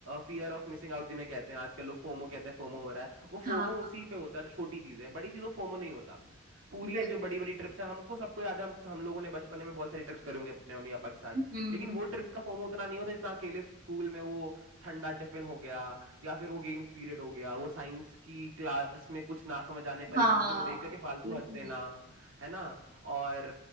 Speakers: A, on the right; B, on the right.
A: फियर ऑफ मिसिंग आउट जिन्हें कहते हैं आजकल लोग फोमो कहते हैं फोमो हो रहा है वो
B: हाँ
A: फोमो उसी पे होता है जो छोटी चीजें हैं बड़ी चीजों फोमो नहीं होता पूरी
B: बिल्कुल
A: ये जो बड़ी बड़ी ट्रिप्स हैं हमको सबको याद है हम हम लोगों ने बचपने में बहुत सारी ट्रिप्स करी होंगी अपने मम्मी पापा के साथ
B: हम्म
A: लेकिन वो ट्रिप्स का फोमो उतना नहीं होता जितना अकेले स्कूल में वो ठंडा टिफिन हो गया या फिर वो गेम्स पीरियड हो गया वो साइंस की क्लास में कुछ ना समझ आने पर
B: हाँ
A: एक दूसरे को देख करके फालतू
B: वही।
A: हंस देना है ना और